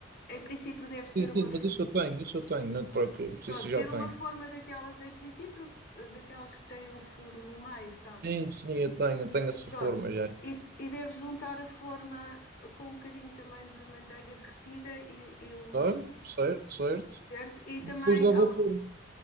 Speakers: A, on the left; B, on the right.
A: em princípio, deve ser
B: Sim, sim,
A: uma.
B: mas isso eu tenho, isso eu tenho, não te preocupes,
A: Pronto,
B: isso eu já
A: ter
B: tenho.
A: uma forma daquelas, em princípio, daquelas que têm um furo no meio, sabes?
B: Sim, sim, eu tenho, tenho essa
A: Pronto,
B: forma já.
A: e, e deves untar a forma com um bocadinho também de manteiga derretida e, e uns
B: Ah, certo, certo.
A: certo? E
B: Depois
A: também,
B: leva
A: al-
B: ao forno.